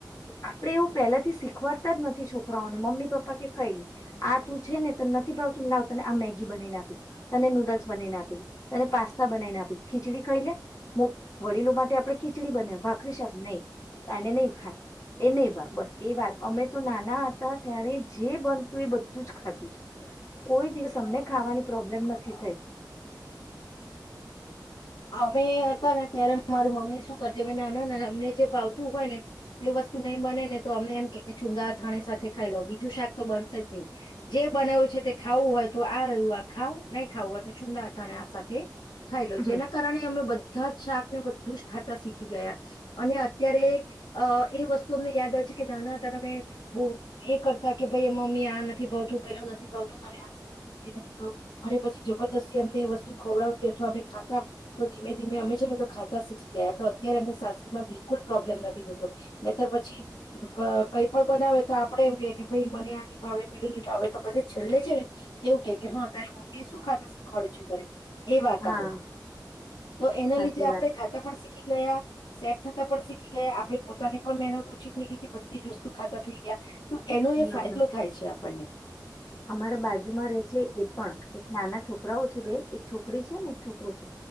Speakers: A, on the left (about 45°); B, on the left (about 75°).
A: આપણેે એવું પહેલાથી શીખવાડતા જ નથી છોકરાઓને મમ્મી પપ્પા કે કઈ આ તું છે ને. નથી ભાવતું ના તને આ મેગી બનાવીને આપી દ તને નૂડલ્સ બનાવીને આપી દું તને પાસ્તા બનાવીને આપી ખીચડી કહી લે વડીલો માટે આપણે ખીચડી બનાવી ભાખરી સાબ નહીં એને નહી ખાય એ નહી ભાવ બસ એ વાત અમે તો નાના હતા ત્યારે જે બનતું એ બધું જ ખાધું છે. કોઈ દિવસ અમને ખાવાની પ્રોબ્લેમ નથી થઈ.
B: અમે હતા ને ત્યારે. મારી મમ્મી શું કરતીાઈ ના ના ના અમને જે ભાવતું હોય ને. એ વસ્તુ નઈ બને ને તો અમનેમ કે. ચુંગા થાણે. ખાઈ લો બીજું શાક તો બનશે જ નહી. જે બનાવ્યું છે તે ખાવું હોય તો આ રહ્યું આ ખાવ નહી ખાવું હોય તો સુંદરથાણે આ સાથે. ખાઈ લો
A: હમ
B: જેને. અમે બધા જ શાક ને બધું જ ખાતા શીખી ગયા અને અત્યારે અ એ વસ્તુ અમને યાદ આવે છે કે નાના હતા અમે બહ એ કરતા કે ભાઈ મમ્મી આ નથી ભાવતું પેલું નથી ભાવતું મારે આ નથી ભતું એ નથી અને પછી જબરદસ્તી અમને એ વસ્તુ ખવડાવતી અથવા અમે ખાતા. તો ધીમે ધીમે અમે છે ને તો ખાતા શીખી ગયા તો અત્યારે એમને સાસ્રીમાં બિલકુલ પ્રોબ્લેમ નથી થતો ને ત્યારે પછી કઈ પણ બનાવે તો આપડે એમ કે કે ભાઈ મને આ ની ભાવે પેલું ની ભાવે તો બધે છેલ્લે છે ને એવું કે હા તારી મમ્મી એ શું ખાતા શીખવાડ્યું છે તારે એ વાત
A: હા
B: આવો. તો એના
A: સાચી
B: લીધે આપડે
A: વાત
B: ખાતા પડતા. શીખી ગયા સેટ થતા પણ શીખી ગયા આપડી પોતાની પણ મહેનત ઓછી થઈ ગઈ કે બધી જ વસ્તુ ખાતા થઈ ગયા. તો એનો
A: હમ
B: એ ફાયદો થાય છે આપ. પંને.
A: અમારા બાજુમાં રહે છે એ પણ એક નાના છોકરાઓ છે બે એક છોકરી છે ને એક છોકરો છે